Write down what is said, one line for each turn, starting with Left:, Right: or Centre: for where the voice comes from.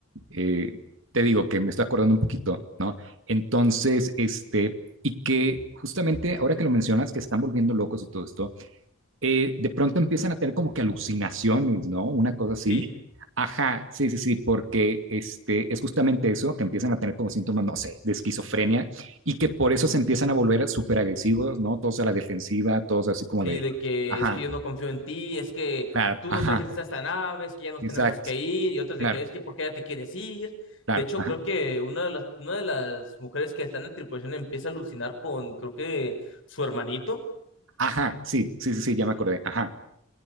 Right: eh, te digo que me estoy acordando un poquito, ¿no? Entonces, este, y que justamente ahora que lo mencionas, que están volviendo locos y todo esto, eh, de pronto empiezan a tener como que alucinaciones, ¿no? Una cosa así.
Left: Sí.
Right: Ajá, sí, sí, sí, porque este, es justamente eso, que empiezan a tener como síntomas, no sé, de esquizofrenia y que por eso se empiezan a volver súper agresivos, ¿no? Todos a la defensiva, todos así como
Left: Sí,
Right: de,
Left: de que
Right: ajá,
Left: es que yo no confío en ti, es que
Right: Claro,
Left: tú
Right: ajá,
Left: nos trajiste a esta nave, es que ya nos
Right: exacto,
Left: tenemos que ir, y otros de
Right: claro,
Left: que es que por qué ya te quieres ir.
Right: claro,
Left: De hecho,
Right: ajá,
Left: creo que una de las, una de las mujeres que están en tripulación empieza a alucinar con, creo que, su hermanito.
Right: ajá, sí, sí, sí, sí, ya me acordé, ajá,